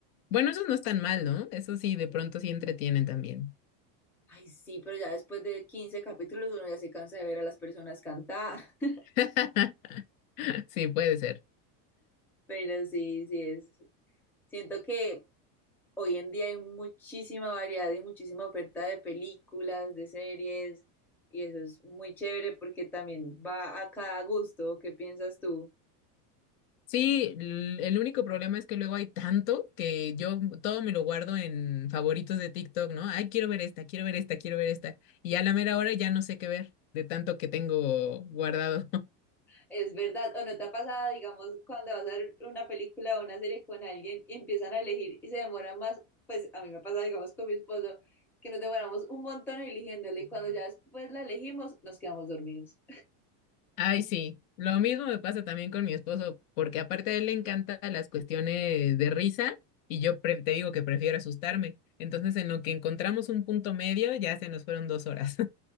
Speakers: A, on the left; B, in the centre.
A: Bueno, esos no están mal, ¿no? Eso sí, de pronto sí entretienen también.
B: ay sí, pero ya después de 15 capítulos uno ya se cansa de ver a las personas cantar, <laughs>
A: <laughs> Sí, puede ser.
B: pero sí, sí es, siento que Hoy en día hay muchísima variedad y muchísima oferta de películas, de series, y eso es muy chévere porque también va a cada gusto. ¿Qué piensas tú?
A: Sí, l- el único problema es que luego hay tanto que yo todo me lo guardo en favoritos de TikTok, ¿no? Ay, quiero ver esta, quiero ver esta, quiero ver esta. Y a la mera hora ya no sé qué ver de tanto que tengo guardado. <laughs>
B: Es verdad, o no te ha pasado, digamos, cuando vas a ver una película o una serie con alguien y empiezan a elegir y se demoran más, pues a mí me ha pasado, digamos, con mi esposo, que nos demoramos un montón eligiéndole y cuando ya después la elegimos, nos quedamos dormidos.
A: Ay, sí. Lo mismo me pasa también con mi esposo, porque aparte a él le encantan las cuestiones de risa y yo pre- te digo que prefiero asustarme. Entonces, en lo que encontramos un punto medio, ya se nos fueron dos horas.